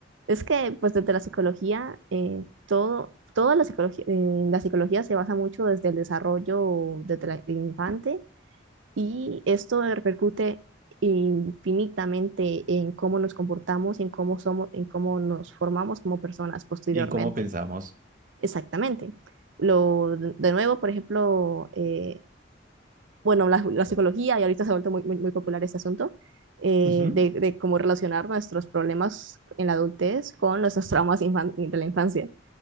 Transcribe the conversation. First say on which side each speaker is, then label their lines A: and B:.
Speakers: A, on the right (about 75°); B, on the right (about 45°).
A: Es que, pues, desde la psicología, eh, todo, toda la psicología, eh, la psicología se basa mucho desde el desarrollo desde la- el infante y esto repercute infinitamente en cómo nos comportamos y en cómo somos, en cómo nos formamos como personas posteriormente.
B: ¿Y en cómo pensamos?
A: Exactamente. Lo, de nuevo, por ejemplo, eh, bueno, la, la psicología, y ahorita se ha vuelto muy, muy, muy popular este asunto, eh,
B: Ujú,
A: de, de cómo relacionar nuestros problemas en la adultez con nuestros traumas infan- de la infancia.